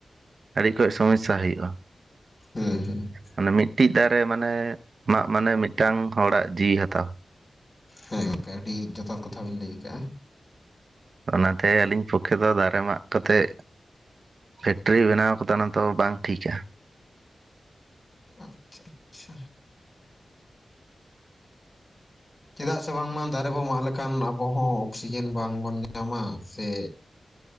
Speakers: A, on the right; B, on the left.
A: ᱟᱹᱰᱤ ᱠᱚᱡ ᱥᱚᱢᱚᱥᱥᱟ ᱦᱩᱭᱩᱜ-ᱟ ᱾
B: ᱦᱩ
A: ᱢᱟᱱᱮ ᱢᱤᱫᱴᱤᱡ ᱫᱟᱨᱮ ᱢᱟᱱᱮ ᱢᱟᱜ ᱢᱟᱱᱮ ᱢᱤᱫᱴᱟᱝ ᱦᱚᱲᱟᱜ ᱡᱤᱣᱤ ᱦᱟᱛᱟᱣ ᱾
B: ᱦᱮᱸ ᱞᱮᱠᱟ ᱟᱹᱰᱤ ᱡᱚᱛᱷᱟᱛ ᱠᱟᱛᱷᱟ ᱵᱤᱱ ᱞᱟᱹᱭ ᱠᱟᱜ-ᱟ ᱾
A: ᱚᱱᱟᱛᱮ ᱟᱹᱞᱤᱧ ᱯᱚᱠᱠᱷᱮ ᱫᱚ ᱫᱟᱨᱮ ᱢᱟᱜ ᱠᱟᱛᱮᱜ ᱯᱷᱮᱠᱴᱨᱤ ᱵᱮᱱᱟᱣ ᱠᱚᱫᱚ ᱚᱱᱟ ᱫᱚ ᱵᱟᱝ ᱴᱷᱤᱠᱟ ᱾
B: ᱟᱪᱪᱷᱟ ᱟᱪᱪᱷᱟ ᱪᱮᱫᱟᱜ ᱥᱮ ᱵᱟᱝᱢᱟ ᱫᱟᱨᱮ ᱵᱚᱱ ᱢᱟᱜ ᱞᱮᱠᱷᱟᱱ ᱟᱵᱚ ᱦᱚᱸ ᱚᱠᱥᱤᱡᱮᱱ ᱵᱟᱝᱵᱚᱱ ᱧᱟᱢᱟ ᱥᱮ